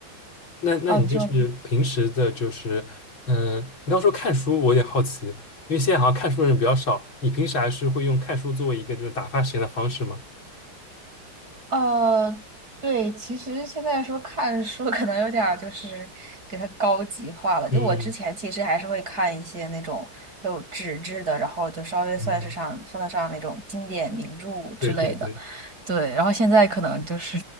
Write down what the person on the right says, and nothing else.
哦，你说你，
呃，对，其实现在说看书可能有点儿就是给它高级化了。
就我之前其实还是会看一些那种有纸质的，然后就稍微算是上算得上那种经典名著之类的。
对，然后现在可能就是